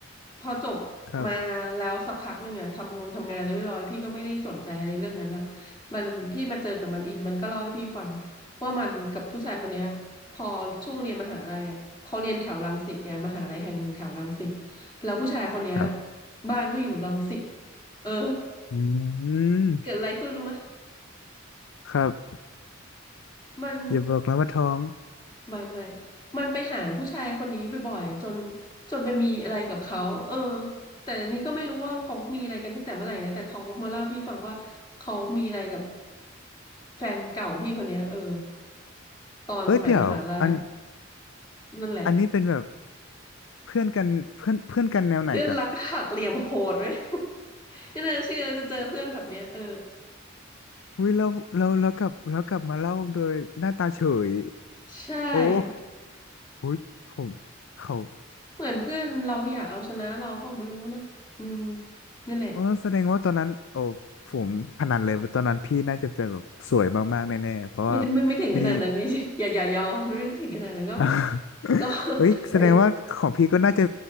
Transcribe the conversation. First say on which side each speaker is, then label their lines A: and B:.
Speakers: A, on the left (about 20°); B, on the left (about 70°).
A: พอจบมาแล้วสักพักหนึ่งอะทำงงทำงานเรียบร้อยพี่ก็ไม่ได้สนใจอะไรเรื่องนั้นละ
B: ครับ
A: มันพี่มาเจอกับมันอีกมันก็เล่าให้พี่ฟังว่ามันกับผู้ชายคนเนี้ยพอช่วงเรียนมหาลัยอะเขาเรียนแถวรังสิตไงมหาลัยแห่งหนึ่งแถวรังสิตแล้วผู้ชายคนเนี้ย
B: ครับ
A: บ้านก็อยู่รังสิตเออ
B: อืม
A: เกิดอะไรขึ้นรู้ไหม
B: ครับ
A: มัน
B: อย่าบอกนะว่าท้อง
A: ไม่ไม่มันไปหาผู้ชายคนนี้บ่อยๆจนจนไปมีอะไรกับเขาเออแต่อันนี้ก็ไม่รู้ว่าเขามีอะไรกันตั้งแต่เมื่อไหร่นะแต่เขามาเล่าให้พี่ฟังว่าเขามีอะไรกับแฟนเก่าพี่คนเนี้ยเออตอนสมัยมหาลัย
B: เอ้ยเดี๋ยวอัน
A: นั่นแหละ
B: อันนี้เป็นแบบเพื่อนกันเพื่อนเพื่อนกันแนวไหนกัน
A: เพื่อนรักหักเหลี่ยมโหดไหม <laughs> ไม่น่าเชื่อจะเจอเพื่อนแบบเนี้ยเออ
B: อุ้ยเราเราเรากลับเรากลับมาเล่าโดยหน้าตาเฉย
A: ใช่
B: โอ้อุ้ยผมเขา
A: เหมือนเพื่อนเราอยากเอาชนะเราเปล่าไม่รู้นะอืมนั่นแหละ
B: เออแสดงว่าตอนนั้นโอ้ผมพนันเลยว่าตอนนั้นพี่น่าจะเป็นแบบสวยมากๆแน่ๆเพราะว่า
A: ไม่ได้ไม่ไม่ถึงขนาดนั้น
B: ไม่
A: <laughs> จริงๆอย่าอย่ายอมไม่ได้ถึงขนาดนั้นก็
B: <laughs>
A: ก็
B: เอ้ยแสดงว่าของพี่ก็น่าจะ
A: <laughs>